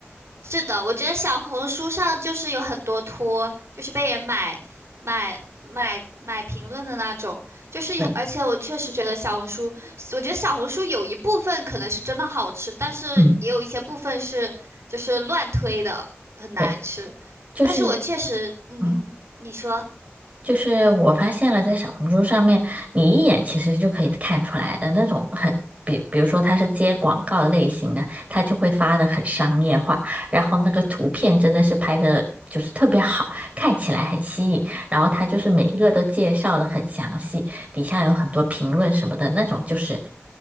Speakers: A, on the right (about 80°); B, on the right (about 30°).
A: 是的，我觉得小红书上就是有很多托，就是被人买买买买评论的那种，就是也而且我确实觉得小红书，
B: 对，
A: 我觉得小红书有一部分可能是真的好吃，但是也有一些部分是就是乱推的，
B: 嗯，
A: 很难吃。
B: 对，就是
A: 但是我确实，嗯，
B: 嗯。
A: 你说，
B: 就是我发现了，在小红书上面，你一眼其实就可以看出来的那种很，比比如说他是接广告类型的，他就会发的很商业化，然后那个图片真的是拍的就是特别好，
A: 嗯。
B: 看起来很吸引，然后他就是每一个都介绍的很详细，底下有很多评论什么的那种，就是，